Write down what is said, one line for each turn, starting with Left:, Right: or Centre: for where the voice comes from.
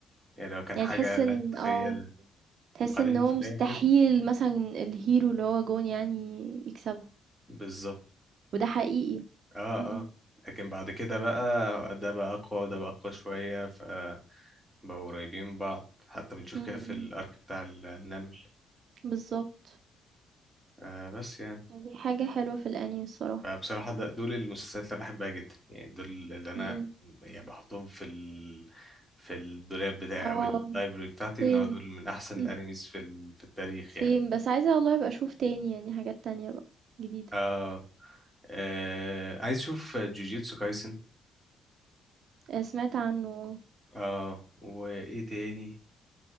Centre: يعني لو كان
Right: يعني
Centre: حاجة
Right: تحس
Centre: لا
Right: إن
Centre: تتخيلها
Right: آه. تحس
Centre: وبعدين
Right: إن هو
Centre: في الاخر
Right: مستحيل مثلًا الhero اللي هو جون يعني يكسبه،
Centre: بالظبط
Right: وده حقيقي.
Centre: اه
Right: إمم.
Centre: اه لكن بعد كده بقى ده بقى اقوى وده بقى اقوى شوية فبقوا قريبين من بعض حتى بنشوف
Right: إمم،
Centre: كده في
Right: إمم.
Centre: الارك بتاع النمل
Right: بالضبط.
Centre: آه بس يعني
Right: دي حاجة حلوة في الأنمي الصراحة.
Centre: فبصراحة ده دول المسلسلات اللي أنا بحبها جدا يعني دول اللي انا
Right: إمم.
Centre: يعني بحطهم في ال... في الدولاب بتاعي
Right: آه.
Centre: او اللايبرري بتاعتي
Right: same
Centre: ان هو دول من احسن
Right: إمم.
Centre: الانميز في ال... في التاريخ
Right: same
Centre: يعني
Right: بس عايزة والله أبقى أشوف تاني يعني حاجات تانية بقى جديدة.
Centre: آه, آه عايز اشوف جوجيتسو كايسن
Right: آآ سمعت عنه آه.
Centre: اه وايه تاني